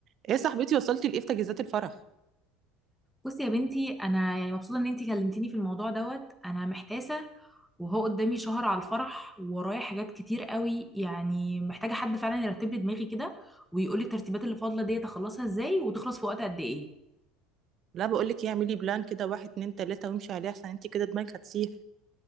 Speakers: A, on the right; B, in the centre.
A: ايه يا صاحبتي وصلتي لايه في تجهيزات الفرح
B: بصي يا بنتي انا يعني مبسوطه ان انتي كلمتيني في الموضوع دوت انا محتاسه وهو قدامي شهر على الفرح وورايا حاجات كتير قوي يعني محتاجه حد فعلا يرتب لي دماغي كده ويقول لي الترتيبات اللي فاضله ديت اخلصها ازاي وتخلص في وقت قد ايه
A: لا بقول لك ايه اعملي بلان كده واحد اتنين تلاته وامشي عليه احسن انت كده دماغك هتسيح